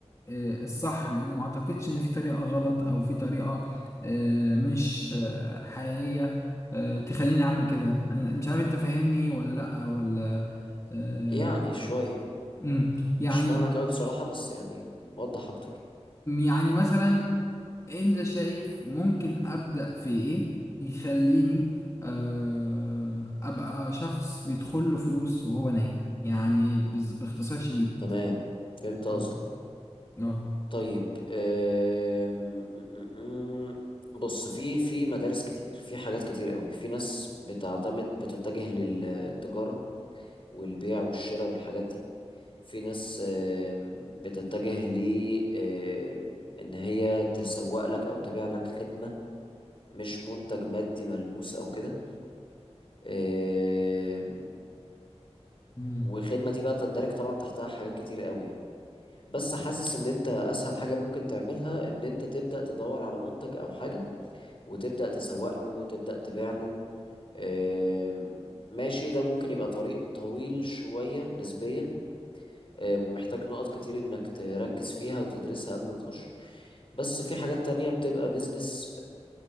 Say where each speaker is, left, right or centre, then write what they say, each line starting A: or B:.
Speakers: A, on the left; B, on the left.
A: آه، الصح لان ما اعتقدش ان في طريقة غلط او في طريقة آه، مش آه، حقيقية آه، تخليني اعمل كده انا مش عارف انت فاهمني ولا لا ولا آه،
B: يعني شوية
A: مم. يعني
B: مش فاهمك قوي بصراحة بس يعني وضح اكتر
A: يعني مثلا انت شايف ممكن ابدا في ايه يخليني آه، ابقى شخص بيدخل له فلوس وهو نايم يعني بز- باختصار شديد
B: تمام فهمت قصدك
A: مم. اه
B: طيب أم، أم، أم. بص في في مدارس كتير في حاجات كتير قوي في ناس بتعتمد بتتجه للتجارة والبيع والشراء والحاجات دي في ناس أم، بتتجه ل أم، ان هي تسوق لك او تبيع لك خدمة مش منتج مادي ملموس او كده آم،
A: مم.
B: وخدمة دي بقى تندرج طبعا تحتها حاجات كتير قوي يعني بس حاسس ان انت اسهل حاجة ممكن تعملها ان انت تبدأ تدور على منتج او حاجة وتبدأ تسوق له وتبدأ تبيع له آم، ماشي ده ممكن يبقى طريق طويل شوية نسبيا آه، ومحتاج نقط كتير انك تركز فيها وتدرسها قبل ما تخش بس في حاجات تانية بتبقى بيزنس